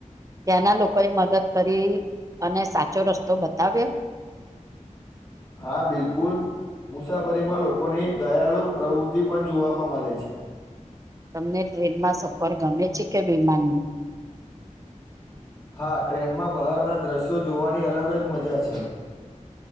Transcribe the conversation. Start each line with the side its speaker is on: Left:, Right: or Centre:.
Right: ત્યાંના લોકોએ મદદ કરી અને સાચો રસ્તો બતાવ્યો? <inaudible>
Left: હા બિલકુલ મુસાફરીમાં લોકોની દયાળુ પ્રવૃત્તિ પણ જોવામાં મળે છે
Right: તમને ટ્રેનમાં સફર ગમે છે કે વિમાન?
Left: હા ટ્રેનમાં બહારના દ્રશ્યો જોવાની અલગ જ મજા છે.